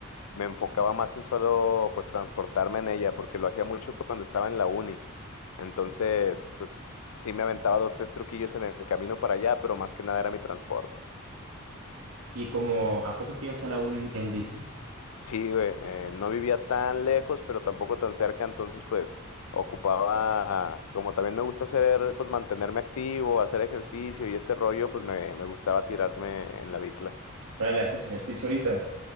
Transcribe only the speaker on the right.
Y como a poco te ibas a la uni en, en bici.
Órale, haces ejercicio ahorita.